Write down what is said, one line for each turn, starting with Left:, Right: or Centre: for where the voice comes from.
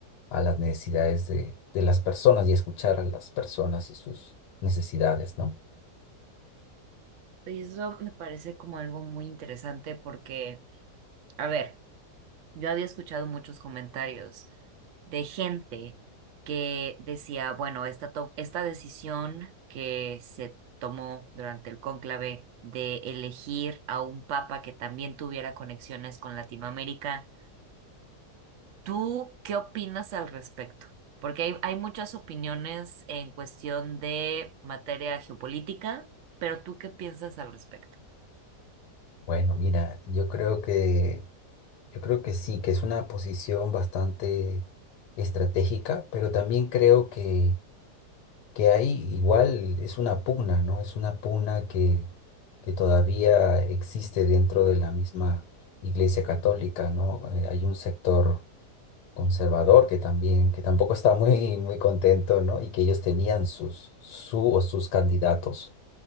Left: a las necesidades de, de las personas y escuchar a las personas y sus necesidades, ¿no?
Right: Y eso me parece como algo muy interesante porque, a ver. Yo había escuchado muchos comentarios de gente que decía, bueno, esta, to- esta decisión que se tomó durante el cónclave de elegir a un papa que también tuviera conexiones con Latinoamérica, ¿tú qué opinas al respecto? Porque hay, hay muchas opiniones en cuestión de materia geopolítica, pero ¿tú qué piensas al respecto?
Left: Bueno, mira, yo creo que Yo creo que sí, que es una posición bastante estratégica, pero también creo que, que hay igual, es una pugna, ¿no? Es una pugna que, que todavía existe dentro de la misma Iglesia Católica, ¿no? Eh, Hay un sector conservador que también, que tampoco está muy, muy contento, ¿no? Y que ellos tenían sus, su o sus candidatos